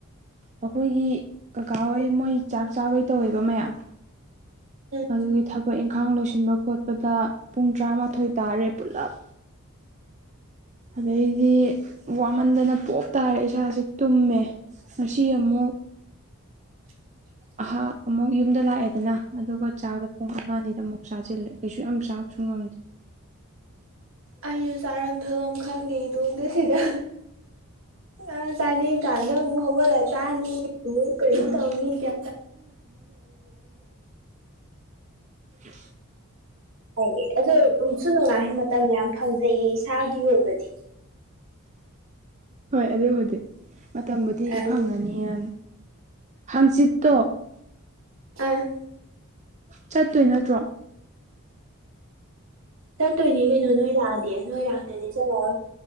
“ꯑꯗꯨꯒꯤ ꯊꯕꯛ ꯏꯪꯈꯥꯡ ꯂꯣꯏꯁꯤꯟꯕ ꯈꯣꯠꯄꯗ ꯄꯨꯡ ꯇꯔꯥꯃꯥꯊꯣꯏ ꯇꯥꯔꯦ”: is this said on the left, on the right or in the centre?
Right